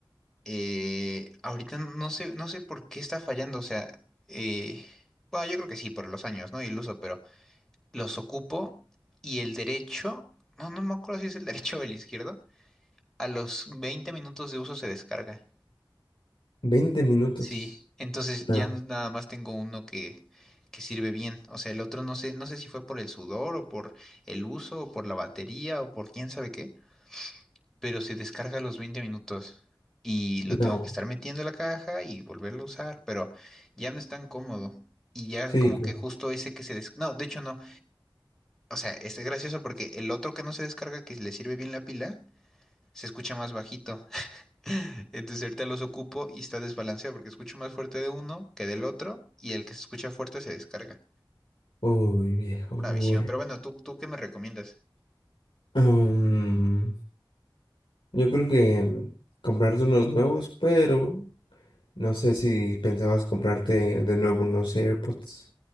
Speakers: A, in the centre; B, on the left.
A: Eh, ahorita no sé, no sé por qué está fallando, o sea, eh, bueno, yo creo que sí, por los años, ¿no? Y el uso, pero los ocupo y el derecho, no, no me acuerdo si es el <laughs> derecho o el izquierdo, a los 20 minutos de uso se descarga.
B: veinte minutos.
A: Sí, entonces
B: No,
A: ya nada más tengo uno que, que sirve bien, o sea, el otro no sé, no sé si fue por el sudor o por el uso o por la batería o por quién sabe qué, pero se descarga a los 20 minutos y lo
B: no.
A: tengo que estar metiendo a la caja y volverlo a usar, pero ya no es tan cómodo. Y ya
B: Sí,
A: como
B: claro.
A: que justo ese que se des... No, de hecho no. O sea, este es gracioso porque el otro que no se descarga, que le sirve bien la pila, se escucha más bajito. <laughs> Entonces ahorita los ocupo y está desbalanceado porque escucho más fuerte de uno que del otro y el que se escucha fuerte se descarga.
B: Uy, viejo
A: Pura
B: burro.
A: visión. Pero bueno, ¿tú, tú qué me recomiendas?
B: Mm, yo creo que mm, comprarte unos nuevos, pero no sé si pensabas comprarte de nuevo unos AirPods.